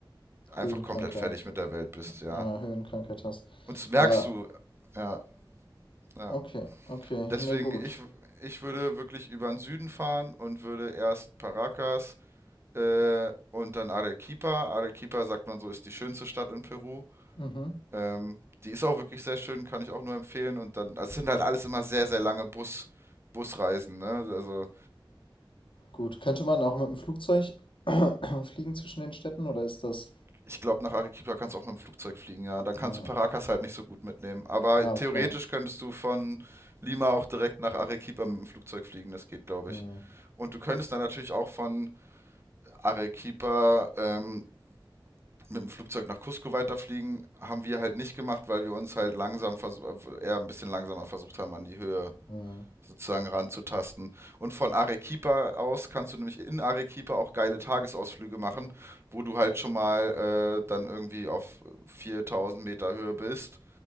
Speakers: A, on the right; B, on the left.
A: einfach
B: Höhenkrankheit.
A: komplett fertig mit der Welt bist, ja.
B: Äh, Höhenkrankheit hast.
A: Und das merkst
B: Ja,
A: du, ja, ja.
B: okay, okay.
A: Deswegen,
B: Nee, gut.
A: ich, ich würde wirklich über den Süden fahren und würde erst Paracas, Äh, und dann Arequipa. Arequipa, sagt man so, ist die schönste Stadt in Peru.
B: Mhm.
A: Ähm, die ist auch wirklich sehr schön, kann ich auch nur empfehlen. Und dann, das sind halt alles immer sehr, sehr lange Bus, Busreisen, ne? Also,
B: Gut. Könnte man auch mit dem Flugzeug <clears throat> fliegen zwischen den Städten oder ist das.
A: ich glaube, nach Arequipa kannst du auch mit dem Flugzeug fliegen, ja. Dann kannst
B: ja.
A: du Paracas halt nicht so gut mitnehmen. Aber
B: Ah,
A: theoretisch
B: okay.
A: könntest du von Lima auch direkt nach Arequipa mit dem Flugzeug fliegen, das geht, glaube
B: Hm
A: ich. Und du könntest dann natürlich auch von Arequipa ähm, mit dem Flugzeug nach Cusco weiterfliegen, haben wir halt nicht gemacht, weil wir uns halt langsam versuch- eher ein bisschen langsamer versucht haben, an die Höhe
B: hm
A: sozusagen ranzutasten. Und von Arequipa aus kannst du nämlich in Arequipa auch geile Tagesausflüge machen, wo du halt schon mal äh, dann irgendwie auf 4000 Meter Höhe bist.